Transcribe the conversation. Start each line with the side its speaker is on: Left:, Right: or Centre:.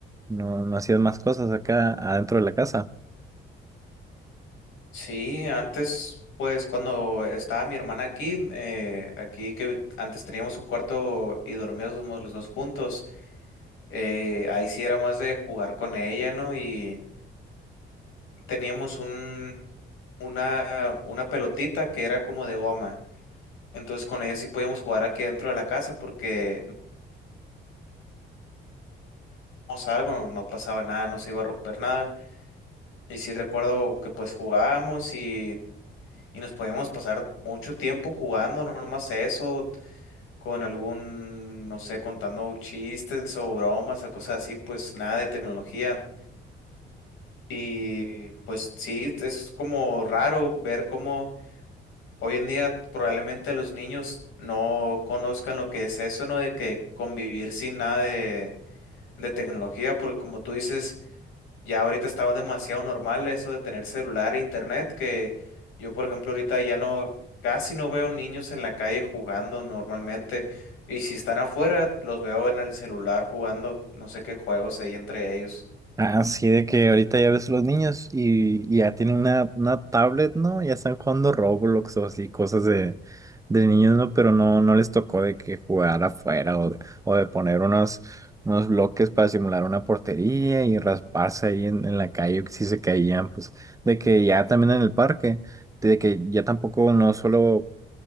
Right: no, no hacías más cosas acá adentro de la casa.
Left: sí, antes pues cuando estaba mi hermana aquí, eh, aquí que antes teníamos un cuarto y dormíamos los dos juntos, eh, ahí sí era más de jugar con ella, ¿no? Y teníamos un... Una, una pelotita que era como de goma Entonces con ella sí podíamos jugar aquí dentro de la casa porque no salgo, no, no pasaba nada, no se iba a romper nada. Y sí recuerdo que pues jugábamos y, y nos podíamos pasar mucho tiempo jugando, no nomás eso, con algún, no sé, contando chistes o bromas o cosas así, pues nada de tecnología. Y pues sí, es como raro ver cómo hoy en día probablemente los niños no conozcan lo que es eso, ¿no? De que convivir sin nada de de tecnología, porque como tú dices, ya ahorita estaba demasiado normal eso de tener celular e internet, que yo, por ejemplo, ahorita ya no, casi no veo niños en la calle jugando normalmente, y si están afuera, los veo en el celular jugando, no sé qué juegos hay entre ellos.
Right: Así de que ahorita ya ves los niños y, y ya tienen una, una tablet, ¿no? Ya están jugando Roblox o así, cosas de, de niños, ¿no? Pero no, no les tocó de que jugar afuera o, de- o de poner unos, unos bloques para simular una portería y rasparse ahí en, en la calle si se caían, pues de que ya también en el parque, de que ya tampoco no suelo